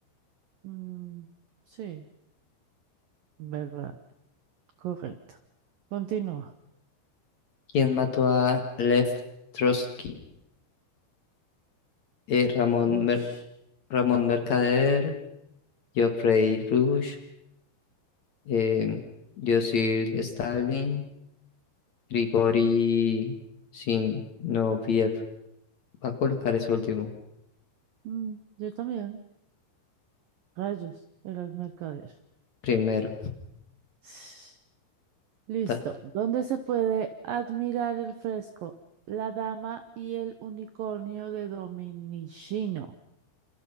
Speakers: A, on the right; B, on the left.
A: Mm, sí, verdad, correcto. Continúa.
B: ¿Quién mató a Lev Trotsky? Eh, Ramón,
A: Ush.
B: Mer- Ramón Mercader, Geoffrey Rush, eh, Joseph Stalin, Grigori Zinoviev. Va a colocar ese último
A: Mm, yo también. Rayos, eras mercader.
B: primero.
A: <sighs> Listo.
B: Ta-
A: ¿Dónde se puede admirar el fresco La Dama y el Unicornio de Dominichino?